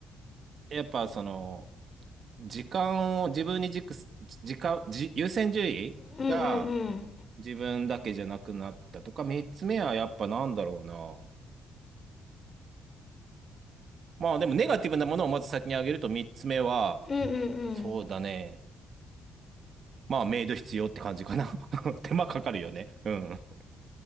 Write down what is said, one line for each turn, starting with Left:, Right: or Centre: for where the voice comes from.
Right: やっぱその、時間を自分に軸す、時間、じ優先順位が
Left: うん、うん、
Right: 自分だけじゃなくなったとか、三つ目はやっぱなんだろうな。まあでもネガティブなものをまず先に挙げると三つ目は、
Left: うん、うん。
Right: そうだね。まあ、メイド必要って感じかな。<laughs> 手間かかるよね。うん。